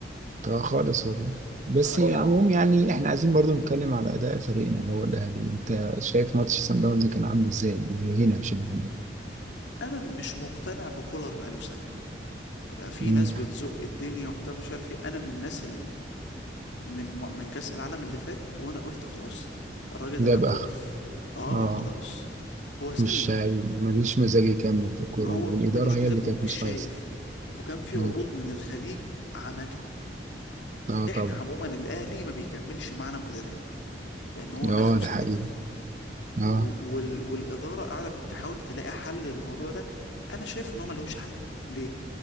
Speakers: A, on the right; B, on the left.
A: طبعا خالص والله بس
B: اه
A: عموم
B: يعني
A: يعني احنا عايزين برضو نتكلم على اداء فريقنا اللي هو الاهلي انت شايف ماتش سان داونز كان عامل ازاي اللي هنا مش اللي هنا
B: انا مش مقتنع بكولر بقاله سنه آه، في
A: مم.
B: ناس بتزق الدنيا وبتاع مش عارف ايه انا من الناس من من كأس العالم اللي فات وانا قلت خلاص الراجل ده
A: جاب
B: جاب ظرف
A: اخ
B: اه
A: اه
B: خلاص هو سلم
A: مش هي- ملوش مزاج يكمل في الكورة
B: هو
A: والإدارة
B: ملوش
A: هي
B: مزاج
A: اللي كانت
B: ومش
A: مش
B: شايف
A: عايزة
B: وكان في
A: مم.
B: عروض من الخليج عمته
A: اه طبعا
B: احنا عموما الاهلي ما بيكملش معانا مدرب يعني هو اخره
A: اه
B: سنتين
A: ده حقيقي اه
B: و- وال والاداره قاعده بتحاول تلاقي حل للموضوع ده انا شايف ان هو ملوش حل ليه